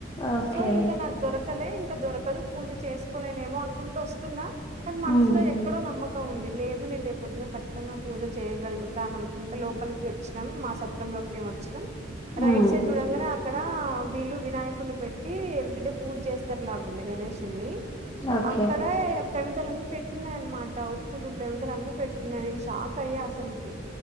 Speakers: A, on the left; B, on the right.
A: ఓకే
B: సో ఇంకా నాకు దొరక్ కలే ఇంకా దొరకదు పూజ చేసుకోలేనేమో అనుకుంటూ వస్తున్నా కానీ మనసులో
A: ఉమ్
B: ఎక్కడో నమ్మ కం ఉంది లేదు నేను రేపొద్దున ఖచ్చితంగా పూజ చేయగలుగుతా అని అనుకుంట లోపలికి వచ్చినా మా సత్ త్రం లోకి మేము వచ్చినాం రైట్
A: ఉమ్
B: సైడ్ చూడంగనే అక్కడ వీళ్ళు వినాయకున్నీ పెట్టి ఎవ్రీ డే పూజ చేస్తారులాగుంది గణేశున్నీ
A: ఓకే
B: అక్కడే ప్రమిదలన్నీ పెట్టున్నాయ అనమాట ఒత్తులు ప్రమిదలు అన్ని పెట్టున్నాయి నేను షాక్ అయ్యా అసలికి